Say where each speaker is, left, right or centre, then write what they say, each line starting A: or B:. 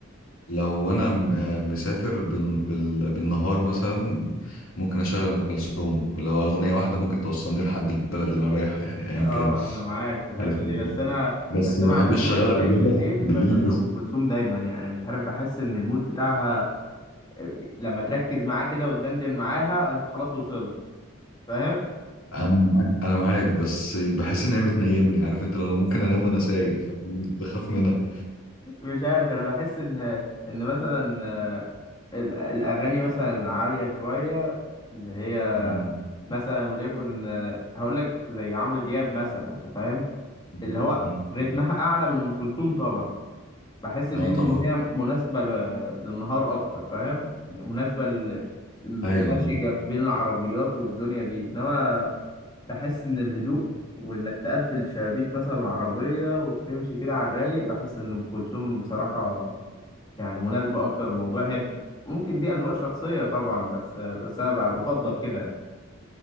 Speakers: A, on the left; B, on the left.
A: لو انا م- آه، مسافر بال- بال- بالنهار مثلا ممكن اشغل ام كلثوم اللي هو اغنيه واحده ممكن توصلني لحد البلد اللي انا رايحها يعني ايا
B: اه
A: كان
B: انا معاك في الحته
A: عارف انت
B: دي بس انا
A: بس
B: بس
A: ما
B: انا
A: بحبش
B: عموما
A: اشغلها
B: وانا سايق
A: بالليل
B: بالليل
A: بقى بالليل
B: بشغل ام كلثوم دايما يعني مش عارف بحس ان المود بتاعها آه، لما تركز معاه كده وتدندن معاها انت خلاص وصلت فاهم
A: انا معاك انا معاك بس بحس ان هي بتنيمني عارف انت لو ممكن انام وانا سايق فبخاف منها
B: مش عارف انا بحس ان ان مثلا آه، ال- الاغاني مثلا العاليه شويه اللي هي
A: مم.
B: مثلا وليكن آه، هقول لك زي عمرو دياب مثلا انت فاهم
A: مم.
B: اللي هو
A: مم.
B: رتمها اعلى من ام كلثوم طبعا بحس الليل
A: اه طبعا
B: ان هي مناسبه ل- للنهار اكتر فاهم مناسبه ل- المشي
A: ايوه ايوه
B: جا- بين العربيات والدنيا دي انما بحس ان الهدوء وانك تقفل شبابيك مثلا العربيه وتمشي كده على الرايق بحس ان ام كلثوم بصراحه يعني مناسبه اكتر الموضوع هي ب- ممكن دي اذواق شخصيه طبعا بس بس انا ب- بفضل كده يعني